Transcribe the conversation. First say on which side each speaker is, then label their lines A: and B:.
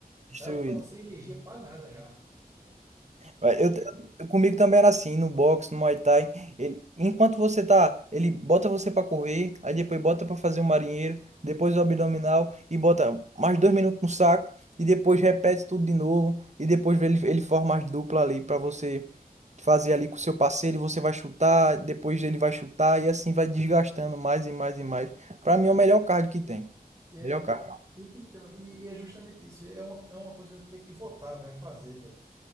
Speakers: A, on the right (about 45°); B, on the right (about 25°).
A: Destruído.
B: Já voltava sem energia para nada já. Tu,
A: Eu, eu- comigo também era assim, no boxe, no Muay Thai. Ele, enquanto você tá, ele bota você pra correr, aí depois bota pra fazer o marinheiro, depois o abdominal e bota mais dois minutos no saco e depois repete tudo de novo e depois ele, ele forma as duplas ali pra você fazer ali com o seu parceiro e você vai chutar, depois ele vai chutar e assim vai desgastando mais e mais e mais. Pra mim é o melhor cardio que tem.
B: É, é,
A: Melhor cardio.
B: é- e- então, e, e é justamente isso. É uma, é uma coisa que eu tenho que votar, velho, fazer, velho.